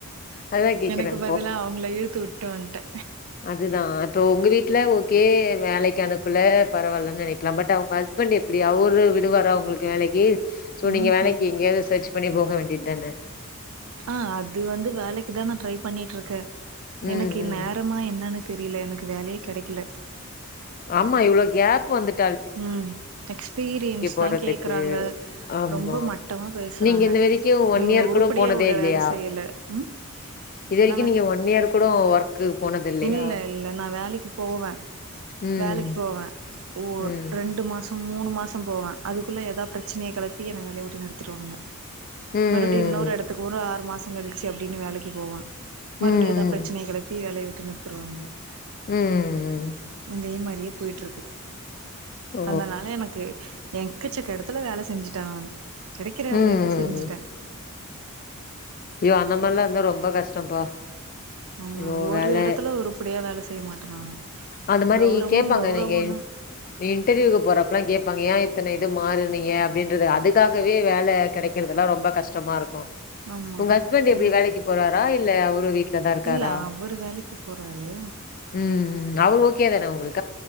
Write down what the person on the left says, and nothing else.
அதுதான் கேக்குறேன்
அதுதா அப்போ உங்க வீட்ல ஓ கே வேலைக்கு அனுப்பல பரவாயில்லைன்னு நெனைக்கலா பட் அவங்க ஹஸ்பண்ட் எப்டி அவரு விடுவற உங்ளுக்கு வேலைக்கு சோ நீங்க
வேலைக்கு
எங்கேயாவது சர்ச் பண்ணி போக வேண்டிய தானே
ம்
ம்
ஆமா இவ்ளோ கேப் வந்துட்
போறதுக்கு
ஆமா
நீங்க இந்த வரைக்கு ஒன்
இயர்
கூட போனதே
இல்லையா
இது வரைக்கு
நீங்க ஒன் இயர் கூட ஒர்க்கு போனது இல்லையா
ம்
ம்
ம்
ம்
ம் ம் ம்
ஓ
ம் ம்
ம் அந்த மார்லா இருந்தா ரொம்ப கஷ்டம்பா
இவ்ளோ
வேல
அது மாரி
கேபாங்க
நீங்க இன்டர்வியூ போறப்பல்லா கேப்பாங்க ஏ இத்தன இது மாறுனீங்க அப்டின்றது அதுக்காகவே வேல கெடைக்கிறதுல்லா ரொம்ப கஷ்டமா இருக்கு
உங்க ஹஸ்பண்ட் எப்டி
வேலைக்கு போறாரா இல்ல அவரு வீட் ல தா இருக்காரா
ம் ம் அவரு ஓகே தானே உங்களுக்